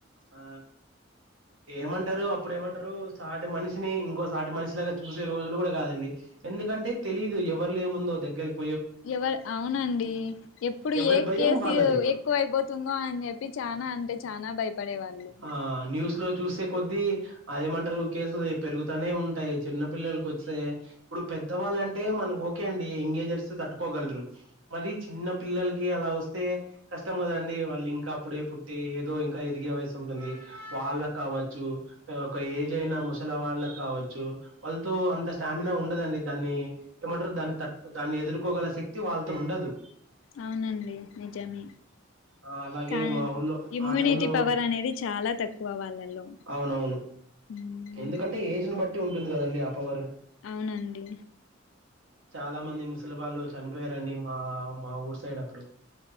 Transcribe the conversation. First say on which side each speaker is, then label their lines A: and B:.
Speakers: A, on the right; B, on the left.
A: ఆ ఏమంటారు అప్పుడు ఏమంటారు సాటి మనిషిని ఇంకో సాటి మనిషిలాగా చూసే రోజులు కూడా కాదండి ఎందుకంటే తెలీదు ఎవరు లేముందో దగ్గరకి
B: ఎవరు అవునండి ఎప్పుడు
A: ఎవరి
B: ఏ
A: భయం
B: కేసు
A: వాళ్ళది
B: ఎక్కువయిపోతుందో అని చెప్పి చనా అడి చనాా భయపడే వాళ్ళు
A: ఆ న్యూస్ లో చూసే కొద్ద్దీ అదేమంటారు కేసులు పెరుగుతానే ఉంటాయి చిన్న పిల్లలకి వస్తాయి ఇప్పుడు పెద్దవాళ్ళంటే మనకి ఓకే అండి ఎంగేజర్స్ తట్టుకోగలరు మరి చిన్న పిల్లలకి అలా వస్తే కష్టం కదండి వాళ్ళు ఇంకా అప్పుడే పుట్టి ో ఇంకా ఎదిగే వయసు ఉంటుంది వాళ్ళకి కావచ్చు ఒక ఏజ్ అయినా ముసల వాళ్ళకి కావచ్చు వాళ్ళతో అంత స్టామినా ఉండదండి దాన్ని ఏమంటారు దాన్ని త దాన్ని ఎదుర్కోగల శక్తి వాళ్ళతో ఉండదు
B: అవునండి నిజమే
A: ఆ అలాగే
B: కా
A: మా ఊర్లో
B: ఇమ్యూనిటీ
A: ఆ టైంలో
B: పవర్ అనేది చాలా తక్కువ వాళ్ళలో
A: అవునవును
B: ఉ
A: ఎందుకంటే ఏజ్ ని బట్టి ఉంటుంది కదండి అపవర్
B: అవునండి
A: చాలా మంది ముస్లిం వాళ్ళు చనిపోయారండి మా మా ఊరు సైడ్ అప్పుడు